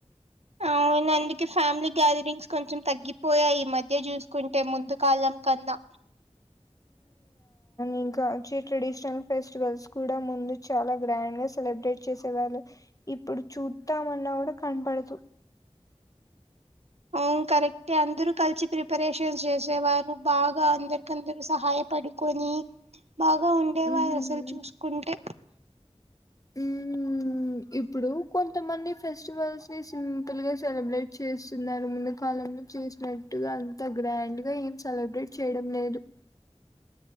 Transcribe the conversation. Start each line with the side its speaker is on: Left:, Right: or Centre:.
Right: అవు యిన అందుకే ఫ్యామిలీ గ్యాదరింగ్స్ కొంచెం తగ్గిపోయాయి ఈ మధ్య చూసుకుంటే ముందు కాలం కన్నా
Left: ఇంకాచ్చే ట్రెడిషనల్ ఫెస్టివల్స్ కూడా ముందు చాలా గ్రాండ్ గా సెలబ్రేట్ చేసే వాళ్ళు ఇప్పుడు చూత్తామన్నా కూడా కన్పడదు
Right: అవ్ కరెక్టే అందరు కలిసి ప్రిపరేషన్స్ చేసేవారు బాగా అందరికందరూ సహాయపడుకొ ని బాగా ఉండేవారు
Left: ఉమ్
Right: అసల్చూసుకుంటే
Left: మ్ మ్ ఇప్పుడు కొంతమంది ఫెస్టివల్స్ ని సింపుల్ గా సెలబ్రేట్ చేస్తున్నారు ముందు కాలంలో చూసినట్టుగా అంత గ్రాండ్ గా ఏం సెలబ్రేట్ చేయడం లేదు